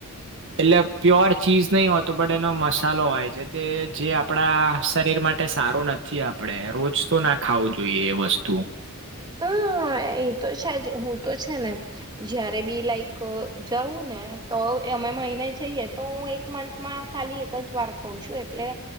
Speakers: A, on the right (about 60°); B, on the right (about 20°).
A: એટલે પ્યોર ચીઝ, નહીં હોતું બટ એનો મસાલો હોય છે તે જે આપણા શરીર માટે સારું નથ થી આપણેે રોજ તો ના ખાવું જોઈએ એ વસ્તુ
B: હમ એ તો છેજ હું તો છે ને, જયારે બી લાઈક જવું ને તો અમે મહિને જઈએ તો હું એક મંથ માં ખાલી એક જ વાર ખઉં છું એટલે,